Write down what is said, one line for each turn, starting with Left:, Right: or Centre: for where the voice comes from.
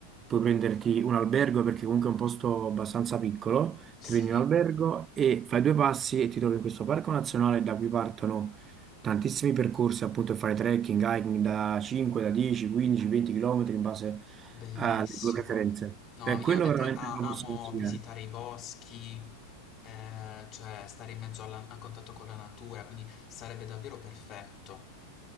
Right: puoi prenderti un albergo perché comunque è un posto abbastanza piccolo,
Left: sì.
Right: ti prendi un albergo e fai due passi e ti trovi in questo parco nazionale da cui partono tantissimi percorsi appunto per fare trekking, hiking da 5, da 10, 15, 20 km in base
Left: Bellissimo.
Right: alle tue preferenze.
Left: No,
Right: Per
Left: io
Right: quello
Left: dete-
Right: veramente
Left: a-
Right: te lo posso
Left: amo
Right: consigliare.
Left: visitare i boschi, eh, cioè stare in mezzo alla- a contatto con la natura, quindi sarebbe davvero perfetto.